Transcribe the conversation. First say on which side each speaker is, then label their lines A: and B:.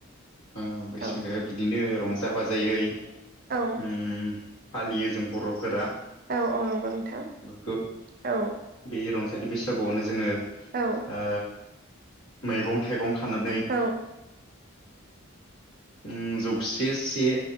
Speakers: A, on the left; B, on the right.
A: ओ बैसागोआ
B: औ
A: बिदिनो रंजा बाजायै
B: औ
A: उम फालियो जों बर'फोरा।
B: औ औ नंगौ नोंथां।
A: गो
B: औ
A: बे रंजालि बैसागुआवनो जोङो
B: औ
A: ओ मैगं थाइगं खानानै
B: औ
A: उम जौसे से